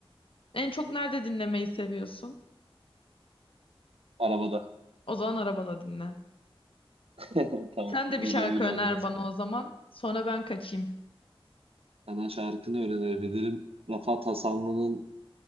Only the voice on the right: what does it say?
Arabada.
<laughs> Tamam.
Öyle
öyle
olur o zaman.
Sana şarkını öğrenebilirim. Rafat Hasanlı'nın